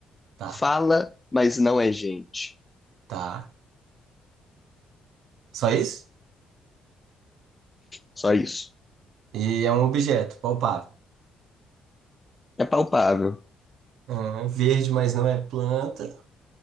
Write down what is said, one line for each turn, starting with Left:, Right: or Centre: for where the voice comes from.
Right: Tá,
Left: Fala, mas não é gente.
Right: tá. Só isso?
Left: Só isso.
Right: E é um objeto, palpável.
Left: É palpável.
Right: Ah, verde, mas não é planta.